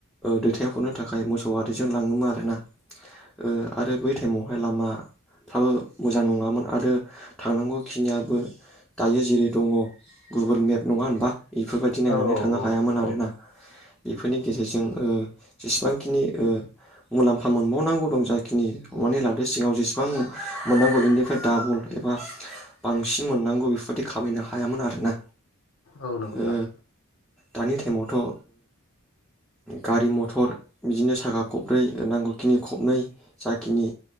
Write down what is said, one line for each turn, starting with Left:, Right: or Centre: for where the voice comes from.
Centre: दैथाय हरनो थाखाय मोसौ आरिजों लाङोमोन आरोना ओ आरो बै टाइमाव फाय लामा फ्राबो मोजां नङामोन आरो थांनांगौ बेखिनियाबो दायो जेरै दङ गुगोल मेप नङा होनबा बेफोरबायदि नायनानै
Left: औ
Centre: थांनो हायामोन आरोना।
Left: औ
Centre: बेफोरनि गेजेरजों ओ जेसेबांखिनि ओ मुलाम्फा मोनबावनांगौ दं जाखिनि हमनानै लादो सिगाव जेसेबां मोननांगौ बेनिफ्राय डाबल एबा बांसिन मोननांगौ बेफोरदि। खामायनो हायामोन आरोना।
Left: औ नंगौ नोंथाय।
Centre: ओ दानि टाइमावथ'ओ। गारि मथर बिदिनो साखा खब्रै नांगौखिनि खबनै जाखिनि